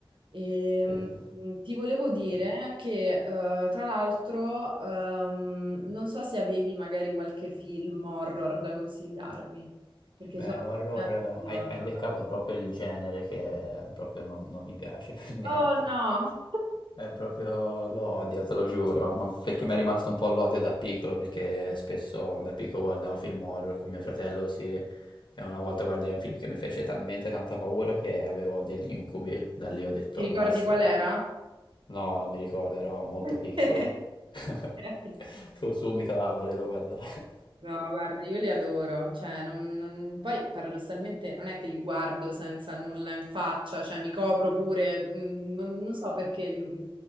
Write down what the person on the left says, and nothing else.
Sì, sì,
sì.
Beh,
horror, eh,
hai,
hai beccato proprio il genere che proprio non, non mi piace <laughs> per niente.
È proprio l'odio, te lo giuro, ma perché
mi è rimasto un po' l'odio da piccolo, perché spesso da piccolo guardavo film horror con mio fratello, sì, e una volta guardai un film che mi fece talmente tanta paura che avevo degli incubi, da lì ho detto
basta.
No, non mi ricordo, ero molto
piccolo. <laughs>
Tu subito a volevo guardare.